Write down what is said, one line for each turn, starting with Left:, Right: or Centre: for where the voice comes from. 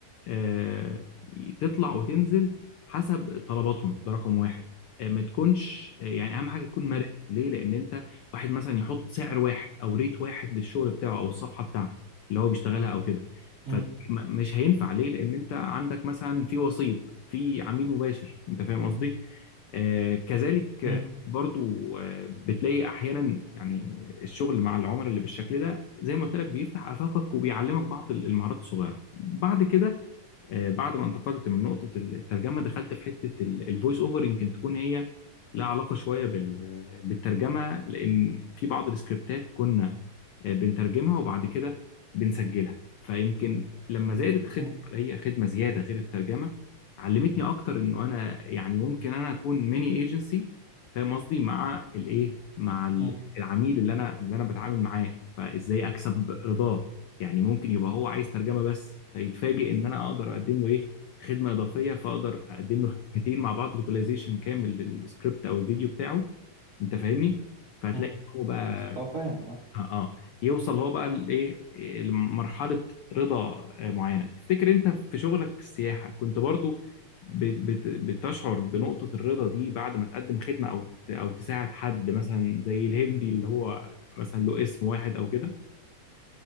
Left: آه، تطلع وتنزل حسب طلباتهم ده رقم واحد آه، ما تكونش آه، يعني اهم حاجه تكون
Right: مم،
Left: مرن ليه لان انت واحد مثلا يحط سعر واحد او ريت واحد للشغل بتاعه او الصفحه بتاعته اللي هو بيشتغلها او كده
Right: مم،
Left: فمش هينفع ليه لان انت عندك مثلا في وسيط في عميل مباشر انت فاهم قصدي آه، كذلك آه،
Right: مم،
Left: برضو آه، بتلاقي احيانا يعني الشغل مع العملاء اللي بالشكل ده زي ما قلت لك بيفتح افاقك وبيعلمك بعض المهارات الصغيره بعد كده آه، بعد ما انتقلت من نقطة الترجمة دخلت في حتة الفويس اوفر يمكن تكون هي لها علاقة شوية بال- بالترجمة لأن في بعض السكريبتات كنا آه، بنترجمها وبعد كده بنسجلها فيمكن لما زادت خدمة
Right: مم.
Left: هي خدمة زيادة غير الترجمة علمتني أكتر إنه أنا يعني ممكن أنا أكون ميني ايجنسي فاهم قصدي مع الإيه مع ال-
Right: مم.
Left: العميل اللي أنا اللي أنا بتعامل معاه فإزاي أكسب رضاه يعني ممكن يبقى هو عايز ترجمة بس فيتفاجئ إن أنا أقدر أقدم له إيه خدمة إضافية فأقدر أقدم
Right: مم.
Left: له خدمتين مع بعض لوكاليزيشن كامل للسكريبت أو الفيديو بتاعه أنت فاهمني؟ فهتلاقي
Right: مم.
Left: إن هو بقى
Right: هو فاهم اه
Left: اه آه. يوصل هو بقى لايه إيه، لمرحله رضا آه، معينه تفتكر انت في شغلك في السياحه كنت برضو بت- بت- بتشعر بنقطه الرضا دي بعد ما تقدم خدمه او ت- او تساعد حد مثلا زي الهندي اللي هو مثلا له اسم واحد او كده